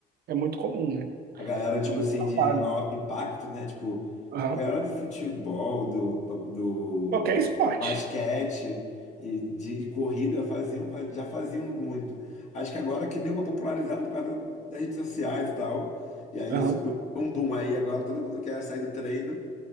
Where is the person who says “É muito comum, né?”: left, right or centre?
Right